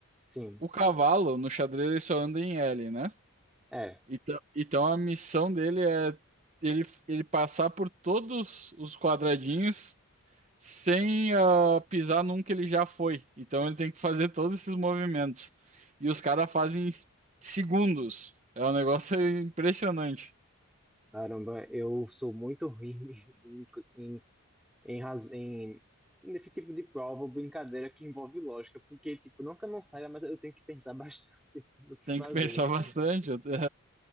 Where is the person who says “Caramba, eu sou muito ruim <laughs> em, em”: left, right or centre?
Centre